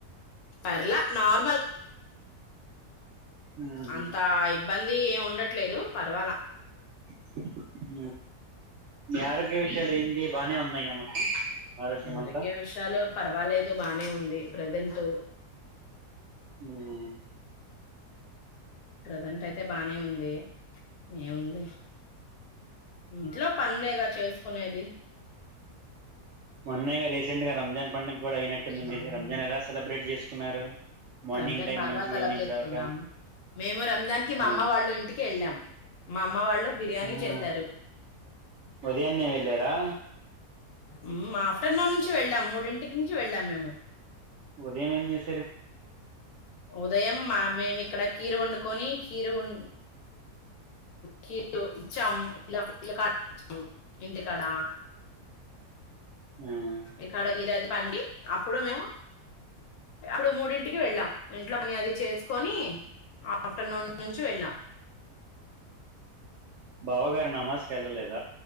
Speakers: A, on the left (about 70°); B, on the right (about 75°).
A: పర్ల నార్మల్
B: ఉహుం
A: అంత ఇబ్బంది ఏం ఉండట్లేదు పర్వల
B: <unintelligible> మీ ఆరోగ్య విషయాల ఏంది బానే ఉన్నాయా మొత్తం ఆరోగ్యం
A: ఆరోగ్య
B: అంతా
A: విషయాలు పర్వాలేద్ బానే ఉంది ప్రెసెంట్
B: హమ్
A: ప్రసెంట్ అయితే బానే ఉంది ఏముంది ఇంట్లో పనులేగా చేసుకునేది
B: మొన్నెగా రీసెంట్ గా రంజాన్ పండగ కూడా అయినట్టుంది
A: ఉమ్,
B: మీది రంజాన్ ఎలా సెలబ్రేట్ చేసుకున్నారు మార్నింగ్
A: రంజాన్
B: టైం
A: బాగా
B: నుంచి
A: తలబ్
B: ఈవినింగ్
A: చేసుకునమ్
B: దాకా
A: మేము రంజాన్ కి మా
B: ఆ
A: అమ్మ వాళ్ళు ఇంటికి వెళ్ళాం మ అమ్మ వాళ్ళు బిర్యానీ
B: ఆహా
A: చేశారు
B: ఉదయాన్నే వెళ్ళారా
A: హమ్ మా ఆఫ్టర్నూన్ నుంచి వెళ్ళాం మూడింటి నుంచి వెళ్ళాం మేము
B: ఉదయం ఏం చే
A: ఉదయం మా మే అక్కడ కీరు వండుకొని కీరు ఉ కీర్ ఇచ్చాము ఇలకాము ఇచ్చాము ఇంటికాడ
B: మ్మ్
A: ఇక్కడ గీరాది పండి అప్పుడు మేము అప్పుడు మూడింటికి వెళ్ళాం ఇంట్లో అది చేసుకొని ఆఫ్టర్నూన్ నుంచి వెళ్ళాం
B: బావగారూ నమాజ్ కెల్లలేద